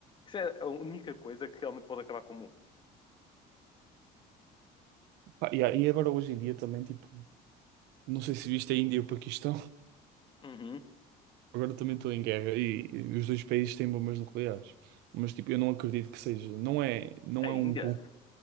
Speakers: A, on the left (about 30°); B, on the right (about 80°).
A: Isso é a única coisa que realmente pode acabar com o mundo.
B: Pá, yeah, E agora hoje em dia também, tipo, não sei se viste a Índia e o Paquistão, <laughs>
A: Uhum.
B: agora também estão em guerra e, e os dois países têm bombas nucleares. Mas, tipo, eu não acredito que seja. Não é, não
A: A
B: é
A: Índia?
B: um. con-